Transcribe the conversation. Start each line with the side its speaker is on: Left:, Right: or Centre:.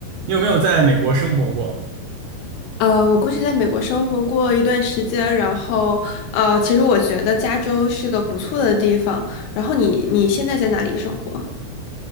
Right: 你有没有在美国生活过？
Left: 呃，我过去在美国生活过一段时间，然后呃，其实我觉得加州是个不错的地方。然后你你现在在哪里生活？